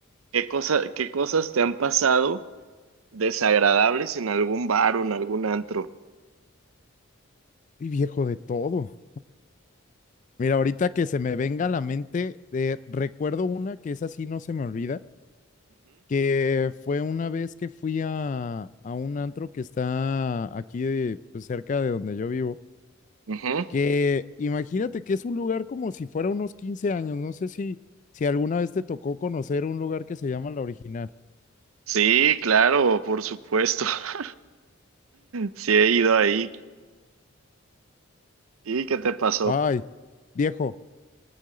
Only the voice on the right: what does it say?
qué cosa, qué cosas te han pasado desagradables en algún bar o en algún antro.
Ujú, ujú.
Sí, claro, por supuesto. <laughs> Sí he ido ahí. ¿Y qué te pasó?